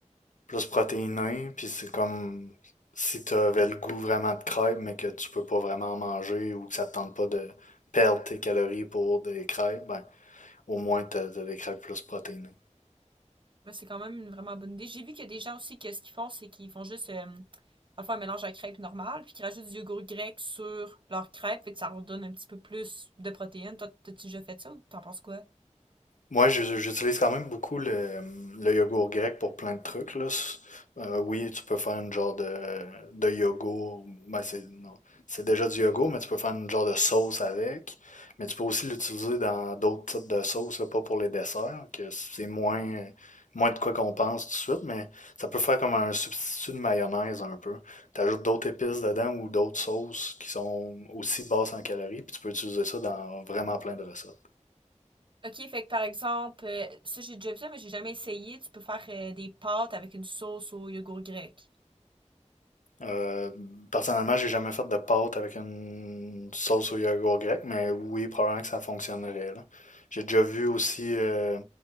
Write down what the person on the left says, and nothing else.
plus protéiné, puis c'est comme si tu avais le goût vraiment de crêpes, mais que tu peux pas vraiment manger ou que ça te tente pas de perdre tes calories pour des crêpes, ben, au moins tu as, des crêpes plus protéinées.
Moi, je- j'utilise quand même beaucoup le, le yogourt grec pour plein de trucs, là. S- euh, oui, tu peux faire une genre de, de yogourt. Ben, c'est, non, c'est déjà du yogourt, mais tu peux faire une genre de sauce avec. Mais tu peux aussi l'utiliser dans d'autres types de sauces, là, pas pour les desserts, que c'est moins, moins de quoi qu'on pense tout de suite, mais ça peut faire comme un substitut de mayonnaise un peu. Tu ajoutes d'autres épices dedans ou d'autres sauces qui sont aussi basses en calories, puis tu peux utiliser ça dans vraiment plein de recettes.
Euh, personnellement, j'ai jamais fait de pâte avec une sauce au yogourt grec, mais oui, probablement que ça fonctionnerait, là. J'ai déjà vu aussi euh,